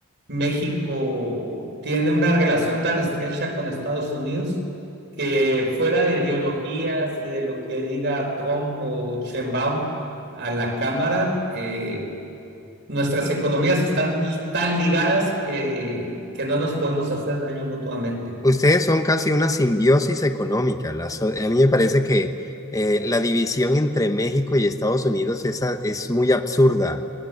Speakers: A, on the right (about 55°); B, on the left (about 15°).
A: México tiene una relación tan estrecha con Estados Unidos que fuera de ideologías y de lo que diga Trump o Sheinbaum a la Cámara, eh, nuestras economías están tan ligadas que, que no nos podemos hacer daño mutuamente.
B: Ustedes son casi una simbiosis económica. La so- a mí me parece que eh, la división entre México y Estados Unidos es, a- es muy absurda